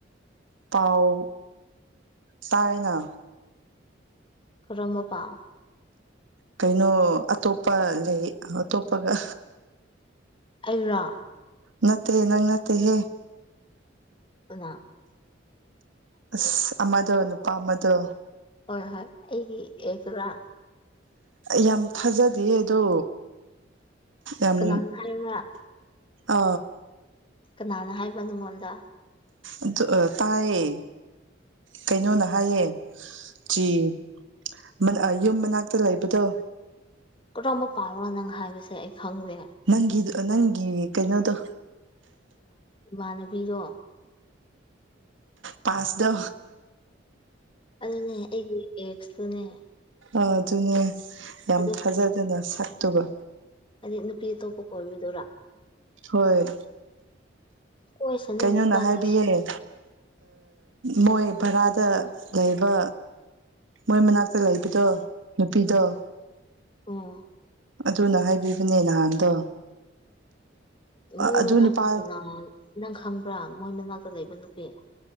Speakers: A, on the right; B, on the left.
A: ꯄꯥꯎ ꯇꯥꯏꯅ
B: ꯀꯝꯕ ꯄꯥꯎ
A: ꯀꯩꯅꯣ ꯑꯇꯣꯞꯄ ꯂꯩ ꯑꯇꯣꯞꯄꯒ
B: ꯑꯩꯔꯥ
A: ꯅꯠꯇꯦ ꯅꯪꯉꯠꯇꯦ ꯍꯦ
B: ꯑ
A: ꯑꯁ ꯑꯃꯗꯣ ꯅꯨꯄꯥ ꯑꯃꯗꯣ
B: ꯍꯣꯏ ꯍꯣꯏ ꯑꯩꯒꯤ ꯑꯦꯛꯁꯔꯥ
A: ꯌꯥꯝ ꯊꯥꯖꯗꯦ ꯑꯗꯣ ꯑꯝ
B: ꯀꯅꯥꯅ ꯍꯥꯏꯕ꯭ꯔꯥ
A: ꯑ
B: ꯀꯅꯥꯅ ꯍꯥꯏꯕ ꯅꯪꯉꯣꯟꯗ
A: ꯑꯗꯨ ꯇꯌꯦ ꯀꯩꯅꯣꯅ ꯍꯥꯏꯌꯦ ꯆ ꯌꯨꯝ ꯃꯅꯥꯛꯇ ꯂꯩꯕꯗꯣ
B: ꯀꯔꯝꯕ ꯄꯥꯎꯔꯣ ꯅꯪ ꯍꯥꯏꯕꯁꯦ ꯑꯩ ꯈꯪꯗꯦ
A: ꯅꯪꯒꯤ ꯅꯪꯒꯤ ꯀꯩꯅꯣꯗꯣ
B: ꯏꯃꯥꯟꯅꯕꯤꯒꯣ
A: ꯄꯥꯁꯗ
B: ꯑꯗꯨꯅꯦ ꯑꯩꯒꯤ ꯑꯦꯛꯁꯇꯨꯅꯦ
A: ꯑ ꯑꯗꯨꯅꯦ ꯌꯥꯝ
B: ꯑꯗꯨ
A: ꯊꯥꯖꯗꯅ ꯁꯛꯇꯨꯕ
B: ꯍꯥꯏꯗꯤ ꯅꯨꯄꯤ ꯑꯇꯣꯞꯄ ꯀꯣꯏꯕꯤꯗꯨꯣꯏꯔꯥ
A: ꯍꯣꯏ
B: ꯀꯣꯏꯁꯅꯨ
A: ꯀꯩꯅꯣꯅ
B: ꯃꯕꯥꯅꯤ
A: ꯍꯥꯏꯕꯤꯌꯦꯦ ꯃꯣꯏ ꯚꯔꯥꯗ ꯂꯩꯕ ꯃꯣꯏ ꯃꯅꯥꯛꯇ ꯂꯩꯕꯗꯣ ꯅꯨꯄꯤꯗꯣ
B: ꯎꯝ
A: ꯑꯗꯨꯅ ꯍꯥꯏꯕꯤꯕꯅꯦ ꯅꯍꯥꯟꯗꯣ
B: ꯃꯣꯏ
A: ꯑꯗꯨ
B: ꯃꯅꯥꯛꯇꯗꯅ
A: ꯅꯨꯄꯥ
B: ꯅꯪ ꯈꯪꯕ꯭ꯔꯥ ꯃꯣꯏ ꯃꯅꯥꯛꯇ ꯂꯩꯕ ꯅꯨꯄꯤ